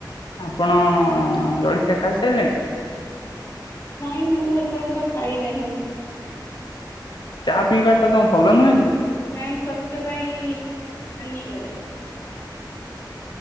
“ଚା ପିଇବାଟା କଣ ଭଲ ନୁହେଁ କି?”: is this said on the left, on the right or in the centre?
Left